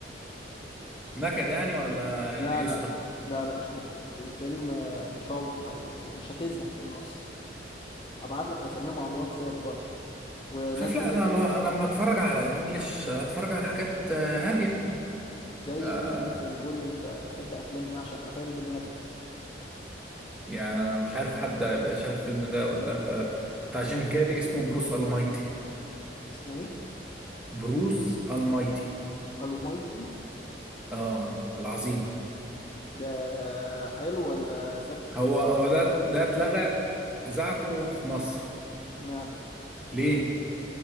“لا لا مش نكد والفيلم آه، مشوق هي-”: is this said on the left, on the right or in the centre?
Left